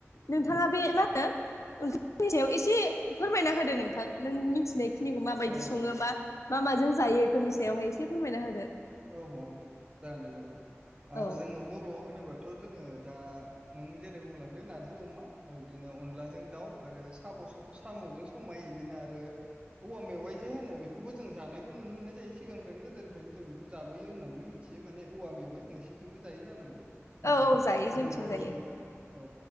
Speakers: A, on the left (about 80°); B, on the right (about 20°).
A: नोंथाङा बे मा होनो ओं फोरनि सायाव एसे फोरमायना होदो नोंथां नों मिथिनायखिनिखौ माबायदि
B: औ
A: सङोबा
B: औ
A: मा माजों जायो बेफोरनि सायावहाय एसे फोरमायना होदो
B: औ-औ जागोन दे जागोन दे
A: औ
B: जोङो बर' होनोबाथ' जोङो दा नों जेरै बुंलांदो नारजि अमा बिदिनो अनलाजों दाउ आरो साम' साम'जों खमायो बिदिनो आरो औवा मेवाइ जे होनो बेखौबो जों जानायखौ नुनो मोननाय जायो सिगांफ्रायनो गोदोनिफ्रायनो जों बे बेखौ जाबोयो होननानै मिथियो माने औवा मेवाइ नोंसिनिथिंबो जायै जानांगौ। माने
A: औ औ जायो
B: जोंनि
A: जोंथिंबो
B: बर'
A: जायो
B: स- औ